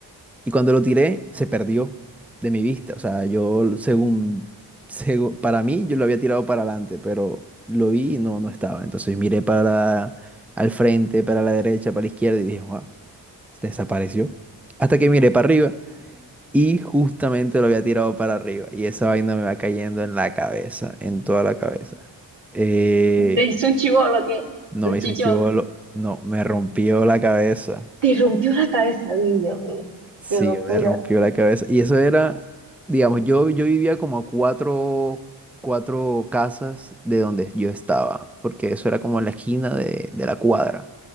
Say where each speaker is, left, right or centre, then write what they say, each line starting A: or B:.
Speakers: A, in the centre; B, on the right.
A: Y cuando lo tiré, se perdió de mi vista. O sea, yo, según, segu- para mí, yo lo había tirado para adelante, pero lo vi y no, no estaba. Entonces miré para al frente, para la derecha, para la izquierda y dije, wow, desapareció. Hasta que miré para arriba y justamente lo había tirado para arriba. Y esa vaina me va cayendo en la cabeza, en toda la cabeza. Eh,
B: Te hizo un chivolo que,
A: no
B: un
A: me
B: chichón.
A: hizo un chivolo, no, me rompió la cabeza.
B: Te rompió la cabeza, uy, Dios mío.
A: Sí,
B: Qué locura.
A: me rompió la cabeza. Y eso era, digamos, yo, yo vivía como a cuatro, cuatro casas de donde yo estaba, porque eso era como la esquina de, de la cuadra.